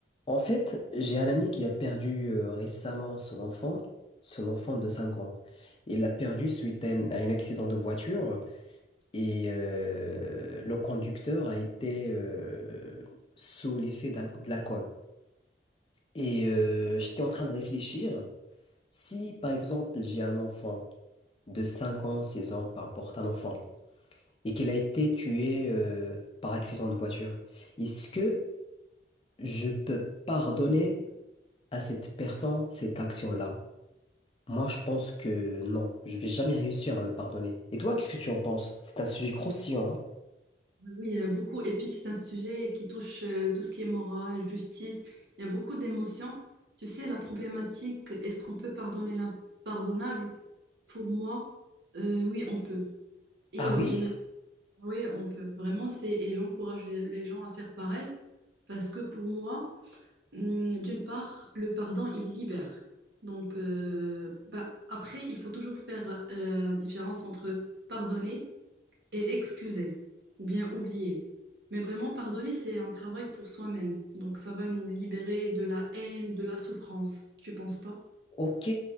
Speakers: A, on the left (about 30°); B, on the right (about 85°).
A: En fait, j'ai un ami qui a perdu euh, récemment son enfant, son enfant de 5 ans. Il l'a perdu suite à un, à un accident de voiture et euh, le conducteur a été euh, sous l'effet d'al- de l'alcool. Et euh, j'étais en train de réfléchir, si par exemple j'ai un enfant de 5 ans, 6 ans, peu importe un enfant, et qu'il a été tué euh, par accident de voiture, est-ce que je peux pardonner? à cette personne cette action-là. Moi, je pense que non, je vais jamais réussir à le pardonner. Et toi, qu'est-ce que tu en penses? C'est un sujet croustillant, hein?
B: Oui, euh, beaucoup. Et puis, c'est un sujet qui touche euh, tout ce qui est morale, justice. Il y a beaucoup d'émotions. Tu sais, la problématique, est-ce qu'on peut pardonner l'impardonnable? Pour moi, euh, oui, on peut. Et
A: Ah
B: euh,
A: oui?
B: j'aimerais, oui, on peut. Vraiment, c'est, et j'encourage les, les gens à faire pareil parce que pour moi, hum, d'une part, le pardon, il libère. Donc, euh, bah, après, il faut toujours faire euh, la différence entre pardonner et excuser ou bien oublier. Mais vraiment, pardonner, c'est un travail pour soi-même. Donc, ça va nous libérer de la haine, de la souffrance. Tu penses pas?
A: Ok,